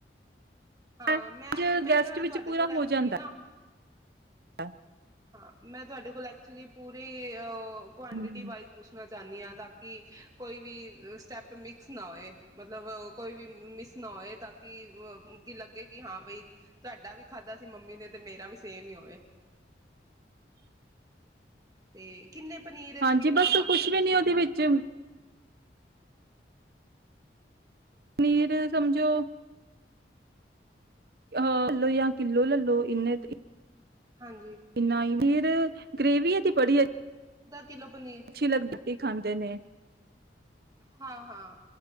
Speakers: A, on the right; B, on the right.
A: ਹਾਂ
B: ਅੱਜ
A: ਮੈਂ, ਮੈਂ
B: ਗੈਸਟ
A: ਨਾ
B: ਵਿੱਚ
A: ਤੁਹਾਡੇ
B: ਪੂਰਾ
A: ਕੋਲ ਐਕਚੁਲੀ
B: ਹੋ ਜਾਂਦਾ
A: ਨਾ
B: ਹੈ
A: <inaudible> ਤੁਹਾਡੇ ਕੋਲ ਐਕਚੁਲੀ ਪੂਰੀ ਕੁਆਂਟਿਟੀ
B: ਹੂੰ-ਹੂੰ
A: ਵਾਈਜ਼ ਪੁੱਛਣਾ ਚਾਹੁੰਦੀ ਆ। ਤਾਂ ਕਿ ਕੋਈ ਵੀ ਸਟੈਪ ਮਾਕਸ ਨ ਹੋਵੋ ਮਤਲਬ ਕੋਈ ਵੀ ਮਿਸ ਨਾ ਹੋਏ ਤਾਂ ਕਿ ਲੱਗੇ ਕਿ ਹਾਂ ਬਈ ਤੁਹਾਡਾ ਵੀ ਖਾਦਾ ਸੀ ਮਮੀ ਨੇ ਤੇ ਮੇਰਾ ਵੀ ਸੇਮ ਹੀ ਹੋਵੇ। <unintelligible> ਵਿੱਚ
B: ਹਾਂਜੀ
A: ਕਿੰਨਾ
B: ਬਸ
A: ਪਾਉਂਦੇ
B: ਕੁਝ
A: ਹੋ
B: ਵੀ
A: ਤੁਸੀਂ
B: ਨਹੀਂ ਉਹਦੇ ਵਿੱਚ ਨੀਰ ਸਮਝੋ <unintelligible> <unintelligible>
A: ਹਾਂਜੀ ਕਿਲੋ ਪਨੀਰ।
B: ਅੱਛੀ ਲੱਗਦੀ ਖਾਂਦੇ ਨੇ
A: ਹਾਂ, ਹਾਂ।